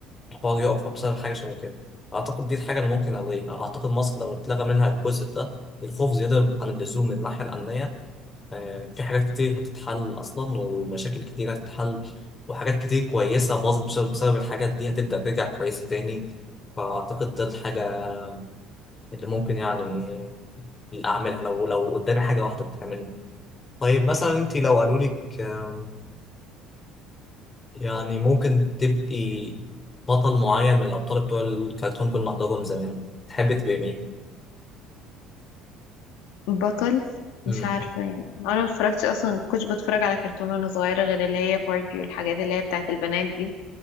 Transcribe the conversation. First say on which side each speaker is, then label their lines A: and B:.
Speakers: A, on the left; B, on the left.
A: الحوار يقف بسبب حاجه شبه كده اعتقد دي الحاجه اللي ممكن الغيها اعتقد مصر لو اتلغى منها الجزء ده الخوف زياده عن اللزوم من الناحيه الامنيه آه، في حاجات كتير هتتحل اصلا ومشاكل كتير هتتحل وحاجات كتير كويسه باظت بسبب بسبب الحاجات دي هتبدا ترجع كويسه تاني فاعتقد ده الحاجه اللي ممكن يعني اللي اعملها لو لو قدامي حاجه واحده بتعملها طيب مثلا انت لو قالوا لك آم، يعني ممكن تبقي بطل معين من الابطال بتوع الكرتون كنا بنحضرهم زمان تحبي تبقي مين؟
B: بطل
A: مم.
B: مش عارفة يعني انا ما اتفرجتش اصلا ما كنتش بتفرج على كرتون وانا صغيرة غير اللي هي باربي والحاجات اللي هي بتاعت البنات دي